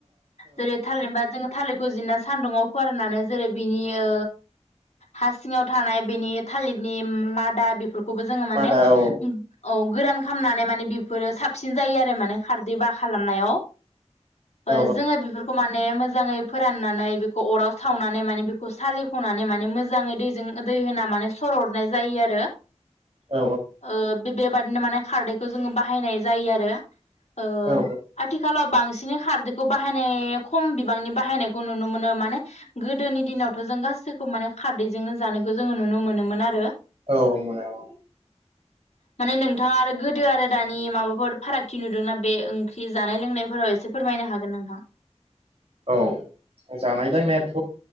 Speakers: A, on the left (about 65°); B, on the right (about 50°).
A: जेरै थालिर बा जोंङो थालिर जिनना सान्दुंआव फोराननानै जेरै बिनि ओ हा सिङाव थानाय बिनि थालिरनि मादा फोरफोरखौबो जोङो माने
B: मादा औ
A: औ गोरान खालामनानै माने बेफोरो साबसिन जायो आरो माने खारदै बा खालामनायाव ओ
B: औ
A: जोङो बेफोरखौ माने मोजाङै फोराननानै खौ अराव सावनानै माने बेखौ सालि खनानै माने मोजाङै दै जों दै होना माने सरतनाय जायो आरो
B: औ
A: ओ बेबादिनो माने खारदैखौ जोङो बाहायनाय जायो आरो ओ
B: औ
A: आथिखालाव बांसि दिनो खारदैखौ बाहायनाय खम बिबांनि बाहायनायखौ नुनो मोनो माने गोदोनि दिनावथ जों गासैखौ माने खारदैजोंनो जानायखौ जोङो नुनो मोनोमोन आरो
B: औ मोनो औ
A: माने नोंथाङा आरो गोदो आरो दानि माबाफोर फारागथि नुदोंना बे ओंख्रि जानाय लोंनायफोराव एसे फोरमायनो हागोन नोंथां।
B: औ जानाय लोंनायाथ